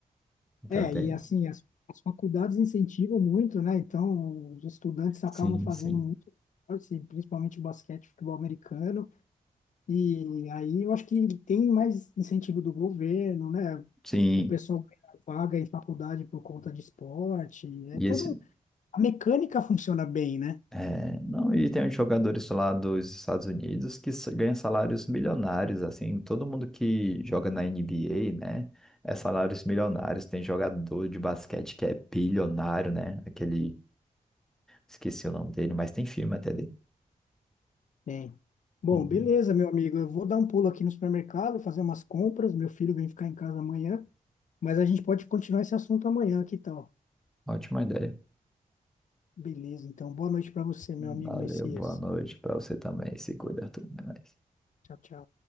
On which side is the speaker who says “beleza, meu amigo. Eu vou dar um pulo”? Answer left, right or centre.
Left